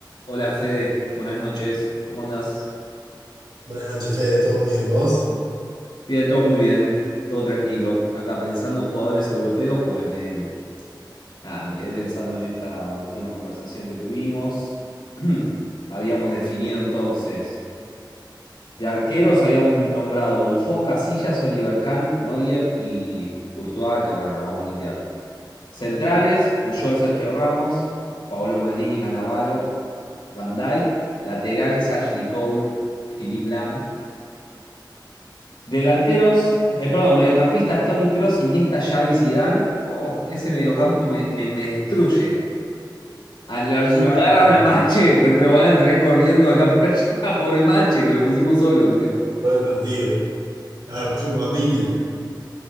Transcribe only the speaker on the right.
Buenas noches, Fede. ¿Todo muy bien vos? <laughs>
Oh,
muy
picante
todo el partido. Ahora pusimos con Diña.